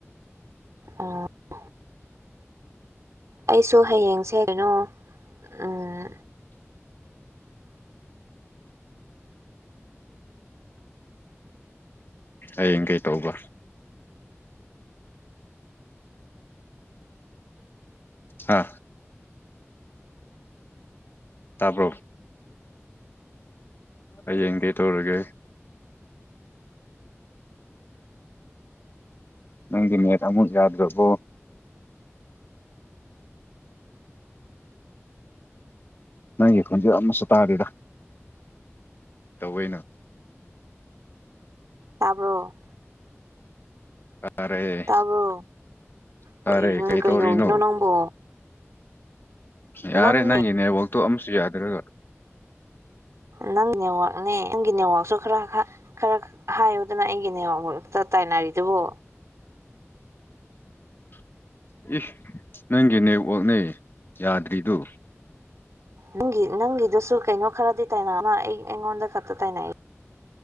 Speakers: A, on the right; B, on the left.
A: ꯑꯣ ꯑꯩꯁꯨ ꯍꯌꯦꯡꯁꯦ ꯀꯩꯅꯣ ꯑꯥ
B: ꯍꯌꯦꯡ ꯀꯩ ꯇꯧꯕ ꯍꯥ ꯇꯥꯕ꯭ꯔꯣ ꯍꯌꯦꯡ ꯀꯩ ꯇꯧꯔꯒꯦ ꯅꯪꯗꯣ ꯅꯦꯠ ꯑꯃꯨꯛ ꯌꯥꯗ꯭ꯔꯕꯣ ꯅꯪꯒꯤ ꯈꯣꯟꯖꯦꯜ ꯑꯃꯁꯨ ꯇꯥꯔꯤꯗ ꯇꯧꯋꯦꯅ
A: ꯇꯥꯕ꯭ꯔꯣ
B: ꯇꯥꯔꯦ
A: ꯇꯥꯕ꯭ꯔꯣ
B: ꯇꯥꯔꯦ
A: ꯀꯩꯅꯣ
B: ꯀꯩ
A: ꯀꯗꯧꯔꯤꯅꯣ
B: ꯇꯧꯔꯤꯅꯣ
A: ꯅꯪꯕꯣ
B: ꯌꯥꯔꯦ
A: ꯅꯪꯅꯦ
B: ꯅꯪꯒꯤ ꯅꯦꯠꯋꯥꯛꯇꯣ ꯑꯃꯁꯨ ꯌꯥꯗ꯭ꯔꯒ
A: ꯅꯪꯒꯤ ꯅꯦꯋꯥꯛꯅꯦ ꯅꯪꯒꯤ ꯅꯦꯋꯥꯛꯁꯨ ꯈꯔ ꯈꯔ ꯈꯔ ꯍꯥꯏꯌꯨꯗꯅ ꯑꯩꯒꯤ ꯅꯦꯋꯥꯛ ꯇꯥꯏꯅꯔꯤꯗꯨꯕꯨ
B: <inaudible> ꯏꯁ ꯅꯪꯒꯤ ꯅꯦꯠꯋꯥꯛꯅꯦ ꯌꯥꯗ꯭ꯔꯤꯗꯨ
A: ꯅꯪꯒꯤ ꯅꯪꯒꯤꯗꯨꯁꯨ ꯀꯩꯅꯣ ꯈꯔꯗꯤ ꯇꯥꯏꯅ ꯑꯩ ꯑꯩꯉꯣꯟꯗ ꯈꯛꯇ ꯇꯥꯏꯅꯩ